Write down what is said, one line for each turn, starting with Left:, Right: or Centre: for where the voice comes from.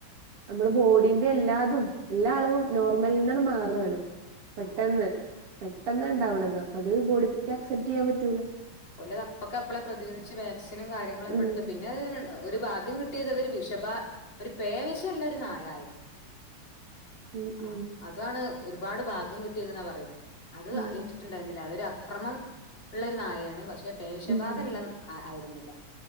Right: നമ്മള് ബോഡീന്റെ എല്ലാതും എല്ലാ അളവും നോർമൽ നിന്നാണ് മാറ്ആണ് പെട്ടെന്ന്
Left: ആഹ്
Right: പെട്ടെന്നാണ്ടാവണത് അപ് അത് ബോഡിമ്മക്ക് അക്‌സെപ്റ്റ് ചെയ്യാൻ പ റ്റൂല
Left: പോലെ അത് അപ്പൊക്കെ അപ്പോളെ പ്രതിരോധിച്ച് വാക്സിനും കാര്യങ്ങളൊക്കെ
Right: ഉം
Left: എട്ത്തു പിന്നെ ഒരു ഭാഗ്യം കിട്ടിയത് അതൊരു വിഷഭാ ഒരു പേവിഷല്ലൊരു നായായിര്ന്നു
Right: ഉം
Left: ആഹ്
Right: ഉം
Left: അതാണ് ഒരുപാട് ഭാഗ്യം കിട്ടിയത് ന്നാ പറയ്ണേ അത്
Right: ഉം
Left: ഏറ്റിട്ട്ണ്ടായിര്ന്നില അതൊരു അക് അക്രമം ഉള്ളൊരു നായേണ് പഷെ പക്ഷെ പേവിഷബാധല്ല
Right: ഉം
Left: ഐ ന്നില്ല